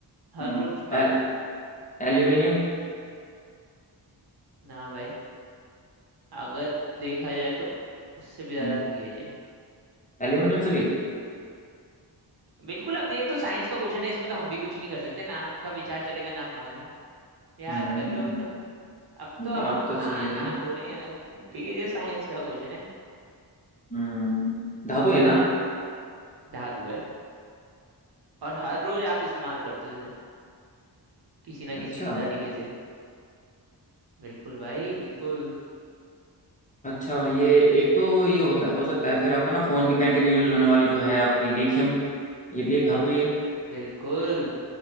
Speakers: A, on the right; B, on the left.
A: हर
B: हम्म,
A: रोज पाते
B: एल,
A: हो
B: एल्यूमिनियम
A: ना भाई अगर देखा जाए तो उससे भी ज्यादा
B: हम्म,
A: हल्की है ये
B: एल्यूमिनियम से भी
A: बिल्कुल अब ये तो साइंस का क्वेश्चन है इसमें तो हम भी कुछ नहीं कर सकते ना आपका विचार चलेगा ना हमारा याद
B: हम्म
A: कर लो अब तो अब तो
B: बात
A: हम
B: तो
A: हाँ
B: सही
A: ना
B: है
A: बोलेंगे ना ठीक है जो साइंस का क्वेश्चन है
B: हम्म धातु है ना
A: धातु है और हर रोज आप इस्तेमाल करते हो इसे किसी ना
B: अच्छा
A: किसी तरीके से बिल्कुल भाई बिल्कुल
B: अच्छा ये एक तो ये होता है हो सकता है फिर आपका ना फोन की बैटरी में यूज होने वाली जो है आपकी लिथियम ये भी एक धातु ही है
A: बिल्कुल